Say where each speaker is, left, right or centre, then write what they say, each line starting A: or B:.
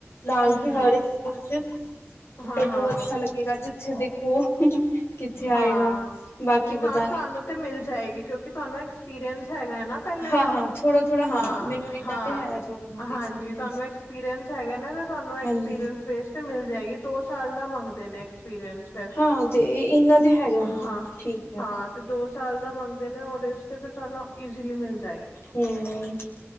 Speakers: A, on the left (about 60°); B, on the left (about 75°).
A: ਨਾਲ
B: ਹਮ
A: ਹੀ
B: ਹਮ
A: ਹਰ ਸਕੂਲ 'ਚ ਮੈਨੂੰ
B: ਹਾਂ ਹਾਂ
A: ਅੱਛਾ ਲੱ ਠੀਕ ਆ ਜਿਥੇ ਦੇਖੋ ਕਿੱਥੇ
B: ਹਾਂ
A: ਆਏਗਾ ਬਾਕੀ
B: ਨਹੀਂ ਹਾਂ
A: ਪਤਾ ਨਹੀ
B: ਤੁਹਾਨੂੰ ਤੇ ਮਿਲ ਜਾਏਗੀ ਕਿਉ ਕਿ ਤੁਹਾਨੂੰ ਐਕਸਪੀਰੀਅੰਸ ਹੈਗਾ ਹੈ ਨਾ ਪਹਿਲੇ
A: ਹਾਂ
B: ਦਾ
A: ਹਾਂ ਥੋੜਾ ਥੋੜਾ ਹਾਂ
B: ਹਾਂ-ਹਾਂ।
A: ਮੈਨੂੰ ਇੰਨਾ ਤੇ ਹੈ ਥੋੜਾ ਬਹੁਤ
B: ਹਾਂਜੀ
A: ਐਕਸਪੀਰੀਅੰਸ
B: ਤੁਹਾਨੂੰ ਐਕਸਪੀਰੀਅੰਸ ਹੈਗਾ ਨਾ ਤੇ ਤੁਹਾਨੂੰ ਐਕਸਪੀਰੀਅੰਸ
A: ਹਾਂਜੀ
B: ਬੇਸ ਤੇ ਮਿਲ ਜਾਏਗੀ ਦੋ ਸਾਲ ਦਾ ਮੰਗਦੇ ਨੇ ਐਕਸਪੀਰੀਅੰਸ
A: ਹਾਂ ਤੇ ਇਹਨਾ ਤੇ ਹੈ। ਹੈਗਾ
B: ਹਾਂ-ਹਾਂ
A: ਹਾਂ ਠੀਕ
B: ਤੇ ਦੋ ਸਾਲ ਦਾ ਮੰਗਦੇ ਨੇ ਉਹਦੇ ਤੇ ਫਿਰ ਤੁਹਾਨੂੰ ਈਜ਼ਲੀ ਮਿਲ ਜਾਏਗੀ।
A: ਹੂੰ